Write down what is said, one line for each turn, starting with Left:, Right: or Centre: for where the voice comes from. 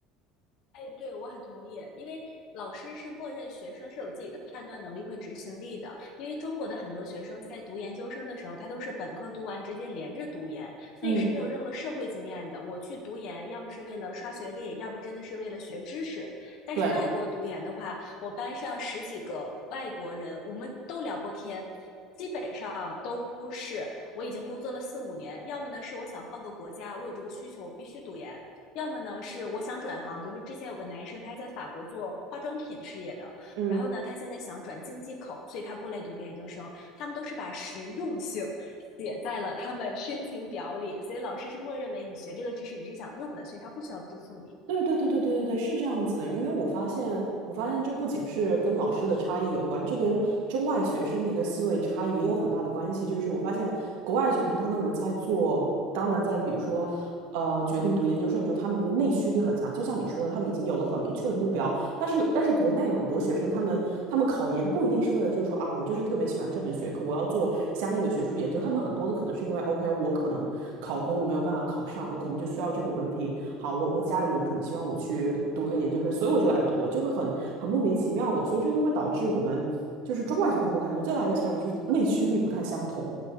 Left: 哎，对，我很同意，因为老师是默认学生是有自己的判断能力和执行力的。因为中国的很多学生在读研究生的时候，他都是本科读完直接连着读研，所以是没有任何社会经验的。
Right: 嗯，
Left: 我去读研，要么是为了刷学历，要么真的是为了学知识。但是外国读研的话，
Right: 对。
Left: 我班上十几个外国人，我们都聊过天。基本上都是我已经工作了四五年，要么呢是我想换个国家，我有这个需求，我必须读研；要么呢是我想转行，比如说之前有个男生他是在法国做化妆品事业的，
Right: 嗯。
Left: 然后呢他现在想转经济口，所以他过来读个研究生。他们都是把实用性写在了他们申请表里，所以老师是默认为你学这个知识你是想用的，所以他不需要督促你。
Right: 对对对对对对对，是这样子的，因为我发现，我发现这不仅是跟老师的差异有关，这跟中外学生的一个思维差异也有很大的关系。就是我发现国外学生，当他们在做，当他们在比如说，呃，决定读研究生的时候，他们的内驱力很强，就像你说的，他们已经有了很明确的目标，但是但是国内有很多学生，他们他们考研不一定是为了就是说啊，我就是特别喜欢这门学科，我要做相应的学术研究。他们很多的可能是因为 OK，我可能考公我没有办法考上，我可能就需要这个文凭。好，我我家里人可能希望我去读一个研究生，所以我就来读了，就会很很莫名其妙的，所以这就会导致我们就是中外学生，我感觉最大的一个差别就是内驱力不太相同。